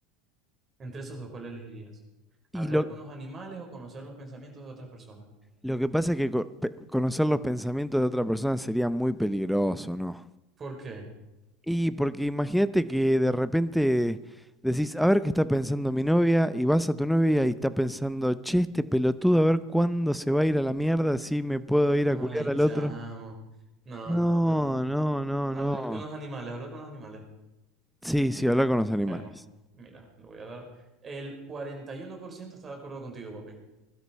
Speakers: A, on the right; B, in the centre.
A: Entre esos dos, ¿cuál elegirías? ¿Hablar
B: y lo,
A: con los animales o conocer los pensamientos de otras personas?
B: lo que pasa es que co- pe- conocer los pensamientos de otra persona sería muy peligroso, ¿no?
A: ¿Por qué?
B: Y porque imagínate que de repente decís, a ver qué está pensando mi novia, y vas a tu novia y está pensando, che, este pelotudo, a ver cuándo se va a ir a la mierda, si me puedo ir
A: Ay,
B: a culiar al
A: chamo.
B: otro.
A: No,
B: No,
A: no, pero
B: no, no,
A: hablar
B: no.
A: con los animales, hablar con los animales.
B: Sí, sí, habla con los animales.
A: Bueno, mira, le voy a dar. El 41% está de acuerdo contigo, papi.